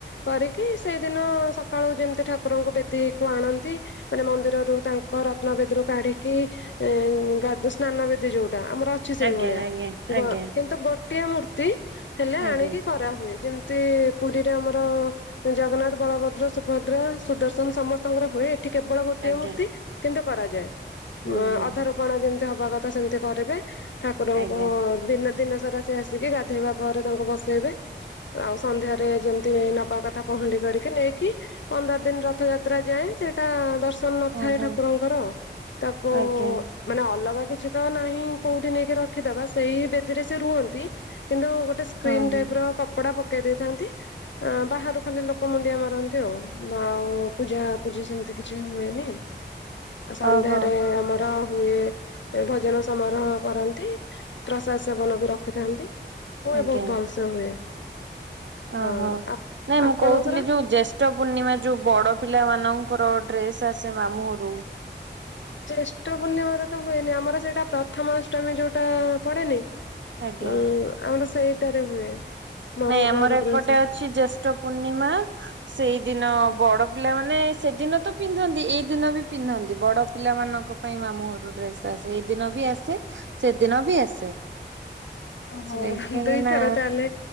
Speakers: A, on the left; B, on the right.
A: କରିକି ସେଇଦିନ ସକାଳୁ ଯେମିତି ଠାକୁରଙ୍କୁ ବେଦୀକୁ ଆଣନ୍ତି। ମାନେ ମନ୍ଦିରରୁ ତାଙ୍କ ରତ୍ନବେଦୀରୁ କାଢିକି ଏ ସ୍ନାନବେଦି ଯୋଉଟା ଆମର ଅଛି ସେଇଭଳିଆ।
B: ଆଜ୍ଞା ଆଜ୍ଞା
A: ଗ
B: ଆଜ୍ଞା
A: ଗୋଟିଏ ମୂର୍ତ୍ତି ହେଲେ
B: ଆଜ୍ଞା
A: ଆଣିକି କରାହୁଏ ଯେମିତି ସେ ପୁରୀରେ ଆମର ଜଗନ୍ନାଥ ବଳଭଦ୍ର ସୁଭଦ୍ରା ସୁଦର୍ଶନ ସମସ୍ତଙ୍କର ହୁଏ। ଏଠି କେବଳ ଗୋଟଏ
B: ଆଜ୍ଞା
A: ମୂର୍ତ୍ତି କିନ୍ତୁ କରାଯାଏ
B: ହୁଁ ହୁଁ
A: ଅଧରପଣା ଯେମିତି ହବା କଥା ସେମିତି ଘରେବେ ଠାକୁର
B: ଆଜ୍ଞା।
A: ଦିନ ଦିନ ସାରା ସେ ଆସିକି ଗାଧେଇବା ପରେ ତାଙ୍କୁ ବସେଇବେ। ଆଉ ସନ୍ଧ୍ୟାରେ ଯେମିତି ନବା କଥା ପହଁଣ୍ଡି କରିକି ନେଇକି ପନ୍ଦର ଦିନ ରଥଯାତ୍ରା ଯାଏଁ ସେ ଟା ଦର୍ଶନ ନଥାଏ
B: ଓହୋ
A: ଠାକୁରଙ୍କର ତାକୁ
B: ଆଜ୍ଞା
A: ମାନେ ଅଲଗା କିଛି ତ ନାହିଁ କୋଉଠି ନେଇକି ରଖିଦବା ସେଇ ବେଦୀରେ ସେ ରୁହନ୍ତି। କିନ୍ତୁ ଗୋଟେ ସ୍କ୍ରିନ୍
B: ହଁ ହଁ
A: ଟାଇପର କପଡା ପକେଇ ଦେଇଥାନ୍ତି। ଆ ବାହାରୁ ଖାଲି ଲୋକ ମୁଣ୍ଡିଆ ମାରନ୍ତି ଆଉ ଆଉ ପୂଜାପୂଜି ସେମିତି କିଛି ହୁଏନି। ସନ୍ଧ୍ୟାରେ
B: ଓହୋ
A: ଆମର ହୁଏ ଭଜନ ସମାରୋହ କରନ୍ତି। ପ୍ରସାଦ ସେବନ ବି ରଖିଥାନ୍ତି ହୁଏ
B: ଆଜ୍ଞା
A: ବହୁତ ଭଲସେ ହୁଏ।
B: ଓହୋ
A: ହଁ। ଆ
B: ନାଇଁ ମୁଁ
A: ଆପଣଙ୍କର?
B: କହୁଥିଲି ଯୋଉ ଜେସ ଷ୍ଟ ପୂର୍ଣ୍ଣିମା ଯୋଉ ବଡ ପିଲାମାନଙ୍କର ଡ୍ରେସ ଆସେ ମାମୁଁ ଘରୁ।
A: ଜେଷ୍ଠ ପୂର୍ଣ୍ଣିମାରେ ତ ହୁଏନି ଆମର ସେଇଟା ପ୍ରଥମାଷ୍ଟମୀ ଯୋଉଟା ପଡେନି?
B: ଆଜ୍ଞା।
A: ହଁ ଆମର ସେଇଟାରେ ହୁଏ। ମାମୁଁଙ୍କ
B: ନାଇଁ ଆମର
A: ଘର
B: ଏପଟେ
A: ଡ୍ରେସ
B: ଅଛି ଜେଷ୍ଠ ପୂର୍ଣ୍ଣିମା ସେଇଦିନ
A: ହଁ।
B: ବଡ ପିଲାମାନେ ସେଦିନ ତ ପିନ୍ଧନ୍ତି ଏଇ ଦିନ ବି ପିନ୍ଧନ୍ତି ବଡ ପିଲାମାନଙ୍କ ପାଇଁ ମାମୁଘରୁ ଡ୍ରେସ ସେ ଏଇଦିନ ବି ଆସେ ସେଦିନ ବି ଆସେ।
A: ଓହୋ
B: କାହିଁକି
A: ଦୁଇଥର
B: ନା
A: ତାହେଲେ